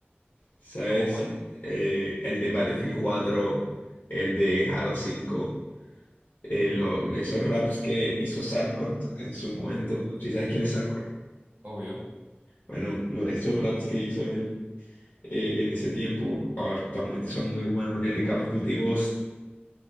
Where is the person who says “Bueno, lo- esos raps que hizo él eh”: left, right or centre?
Left